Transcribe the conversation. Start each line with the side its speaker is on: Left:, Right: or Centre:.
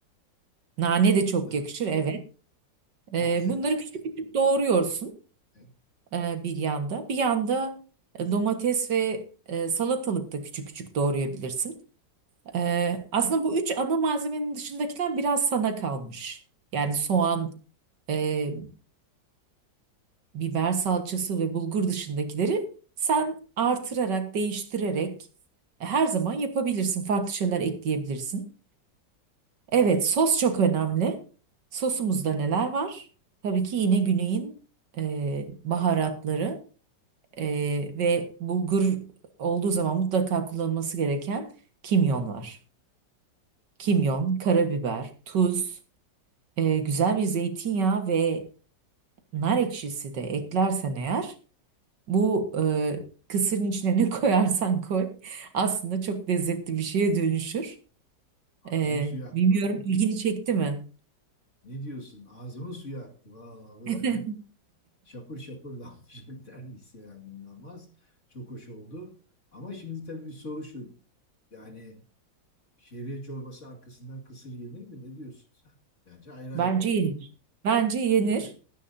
Right: Nane de çok
Left: na,
Right: yakışır. Evet. Ee,
Left: taze
Right: bunları
Left: nane.
Right: küçük küçük doğruyorsun
Left: Evet,
Right: e, bir yanda. Bir yanda e, domates ve e, salatalık da küçük küçük doğrayabilirsin. Ee, aslında bu üç ana malzemenin dışındakiler biraz sana kalmış. Yani soğan, e, biber salçası ve bulgur dışındakileri sen artırarak, değiştirerek e, her zaman yapabilirsin. Farklı şeyler ekleyebilirsin. Evet, sos çok önemli. Sosumuzda neler var? Tabii ki yine güneyin e, baharatları. Ee, ve bulgur olduğu zaman mutlaka kullanılması gereken kimyon var. Kimyon, karabiber, tuz, e, güzel bir zeytinyağı ve nar ekşisi de eklersen eğer bu e, kısırın içine ne <laughs> koyarsan koy aslında çok lezzetli bir şeye dönüşür.
Left: Ağzımın
Right: Ee,
Left: suyu aktı
Right: bilmiyorum
Left: vallahi.
Right: ilgini çekti mi?
Left: Ne diyorsun? Ağzımın suyu aktı vallahi böyle.
Right: <laughs>
Left: Şapır şapır damlayacak <laughs> neredeyse yani inanılmaz. Çok hoş oldu. Ama şimdi tabii bir soru şu. Yani Şehriye çorbası arkasından kısır yenir mi? Ne diyorsun sen? Bence ayrı ayrı
Right: Bence
Left: olmalı.
Right: yenir. Bence yenir.
Left: Yenir mi?